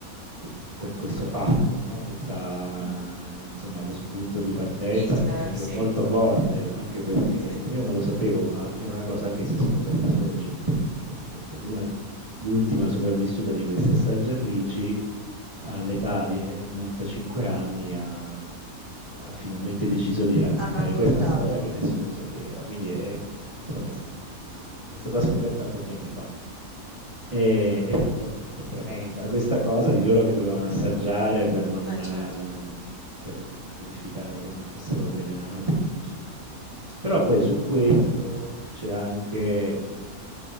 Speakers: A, on the right (about 20°); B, on the left (about 15°).
A: que- que- questo fatto, no? Questa,
B: Mm.
A: insomma, lo spunto di partenza
B: Hitler,
A: che, che- che
B: sì,
A: è molto forte, anche perché
B: sì,
A: io non lo sapevo, ma è una cosa che si è scoperta solo recentemente, nel senso che una, l'ultima sopravvissuta di queste assaggiatrici all'età di 95 anni ha, ha finalmente deciso di raccontare
B: ha raccontato.
A: questa storia che nessuno sapeva, quindi è, insomma, è s- è stata scoperta pochi anni fa. E, e beh, ovviamente è tremenda questa cosa di loro che dovevano assaggiare per, non,
B: Beh, certo,
A: eh, per verificare che non fossero avvelenati i cibi. Però poi su questo c'è anche mhmm,